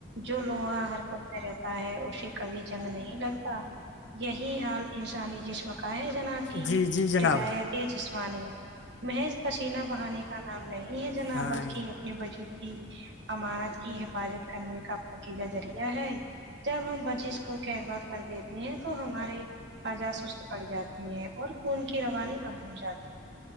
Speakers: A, on the right (about 60°); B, on the left (about 65°).
A: جو لوگ ہرکت کرتے ہے اسے کبھی جنگ نہیں لگتا یہی حال انسانی جسم کا ہے جنا کی
B: جی جی جناب
A: رجایتے جسمانی محض پسینہ بہانے کا نام نہیں یہ جناب
B: ہاں
A: بلکہ وجود کی امانت کی حفاظت کرنے کا پتیجہ ذریعہ ہے جب ہم بزش کو خیرواد کر دیتے ہیں تو ہمارے آجا سست پڑ جاتی ہے اور خون کی روانی بند ہو جاتی ہے